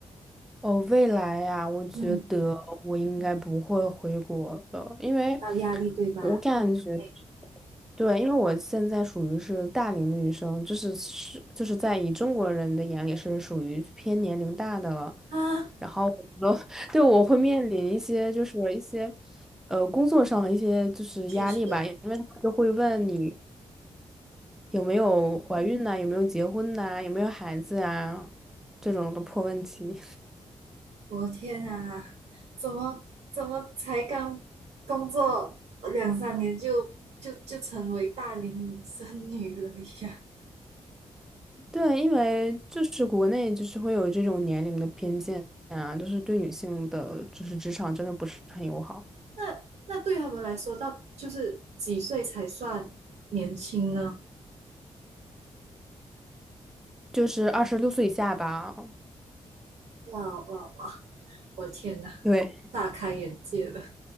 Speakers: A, in the centre; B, on the right (about 75°).
A: 哦，未来呀，我觉得我应该不会回国了，
B: 嗯，
A: 因为
B: 比较压力对吧？
A: 我感觉，
B: 对
A: 对，因为我现在属于是大龄的女生，就是是就是在以中国人的眼里是属于偏年龄大的了，
B: 啊，
A: 然后我觉得 <laughs> 对我会面临一些就是一些呃工作上的一些就是压力吧，
B: 确实。
A: 因为他们就会问你有没有怀孕呐、有没有结婚呐、有没有孩子啊这种的破问题。
B: 我的天啊，怎么怎么才刚工作两三年就就就成为大龄剩女了呀？
A: 对，因为就是国内就是会有这种年龄的偏见啊，就是对女性的就是职场真的不是很友好，
B: 那那对他们来说，到就是几岁才算年轻呢？
A: 就是二十六岁以下吧，
B: 哇哇哇！我的天呐，
A: 对，
B: 大开眼界了。